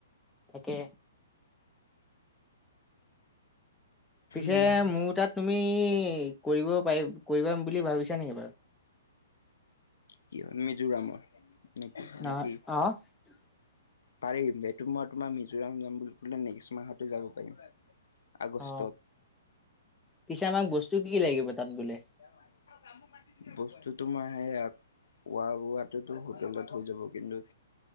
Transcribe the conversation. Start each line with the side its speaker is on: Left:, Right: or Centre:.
Centre: তাকে। পিছে,
Left: মিলাই
Centre: মোৰ তাত তুমি কৰিব পাৰি, কৰিবা বুলি ভাবিছা নেকি বাৰু?
Left: কিয় মিজোৰামৰ নেকি
Centre: নহয়
Left: নেকি?
Centre: <inaudible>
Left: পাৰিম, এটো মই তোমাৰ মিজোৰাম যাম বুলি ক'লে, নেক্সট মাহতো যাব পাৰিম। আগষ্টত
Centre: অ, পিছে আমাক বস্তু কি কি লাগিব তাত গ'লে?
Left: <unintelligible> বস্তু তোমাৰ সেইয়া, খোৱা-বোৱাটোতো হোটেলত হৈ যাব। কিন্তু,